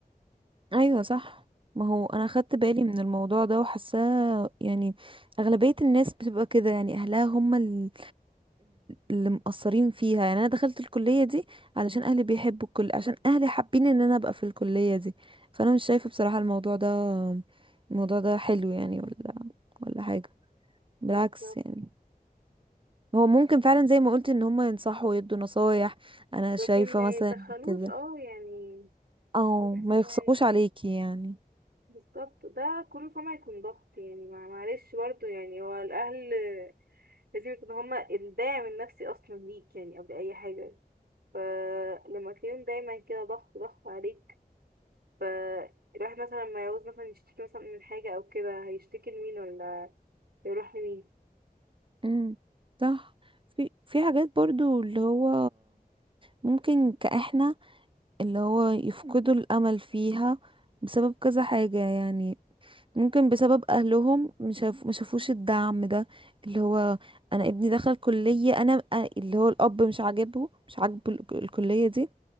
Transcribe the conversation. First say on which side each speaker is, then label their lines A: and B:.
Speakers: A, on the right; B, on the right.
A: ايوه صح ما هو انا خدت بالي من الموضوع ده وحاساه يعني اغلبيه الناس بتبقى كده يعني اهلها هم ال- اللي مقصرين فيها يعني انا دخلت الكليه دي علشان اهلي بيحبوا الكل عشان اهلي حابين ان انا ابقى في الكليه دي فانا مش شايفه بصراحه الموضوع ده الموضوع ده حلو يعني ولا ولا حاجه بالعكس
B: بالظبط
A: يعني هو ممكن فعلا زي ما قلت ان هم ينصحوا ويدوا نصايح انا
B: لكن
A: شايفه
B: ما
A: مثلا
B: يتدخلوش
A: كده
B: اه يعني
A: او
B: برضه تحسي
A: ما
B: ان
A: يخصقوش
B: هو هيكون-
A: عليكي يعني
B: بالظبط ده كله فما هيكون ضغط يعني مع- معلش برضه يعني هو الاهل لازم يكونوا هما الداعم النفسي اصلا ليك يعني قبل اي حاجه فلما تلاقيهم دايما كده ضغط ضغط عليك فالواحد مثلا لما يعوز مثلا يشتكي مثلا من حاجه او كده هيشتكي لمين ولا يروح لمين
A: امم صح في في حاجات برضو اللي هو ممكن كاحنا اللي هو يفقدوا الأمل فيها بسبب كذا حاجة يعني ممكن بسبب أهلهم مشاف مشافوش الدعم ده اللي هو أنا ابني دخل كلية أنا أنا- اللي هو الأب مش عاجبه مش عاجبه ال- الكلية دي